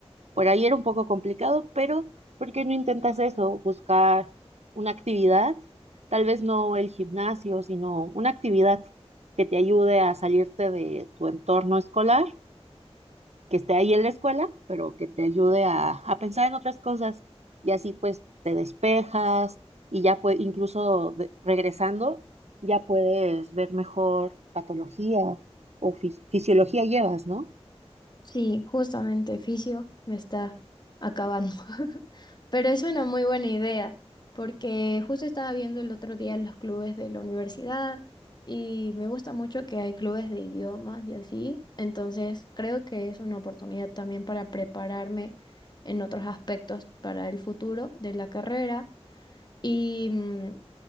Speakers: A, on the right; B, on the left.
A: por ahí era un poco complicado, pero ¿por qué no intentas eso? Buscar una actividad, tal vez no el gimnasio, sino una actividad que te ayude a salirte de tu entorno escolar que esté ahí en la escuela, pero que te ayude a, a pensar en otras cosas y así pues te despejas y ya pues incluso de- regresando ya puedes ver mejor patología o fis- fisiología llevas, ¿no?
B: Sí, justamente fisio me está acabando. <laughs> Pero es una muy buena idea, porque justo estaba viendo el otro día los clubes de la universidad y me gusta mucho que hay clubes de idiomas y así. Entonces, creo que es una oportunidad también para prepararme en otros aspectos para el futuro de la carrera. Y mm,